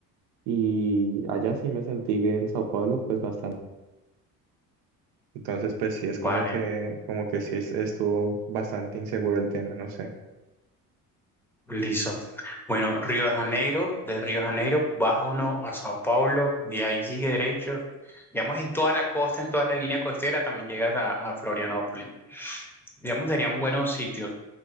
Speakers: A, on the right; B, in the centre.
A: Y allá sí me sentí que en Sao Paulo pues bastante Entonces, pues sí, es
B: vale.
A: como que, como que sí es- estuvo bastante inseguro el tema, no sé.
B: Listo. Bueno, Río de Janeiro, de Río de Janeiro baja uno a Sao Paulo, de ahí sigue derecho. Digamos, en toda la costa, en toda la línea costera, también llegas a, a Florianópolis. Digamos, serían buenos sitios.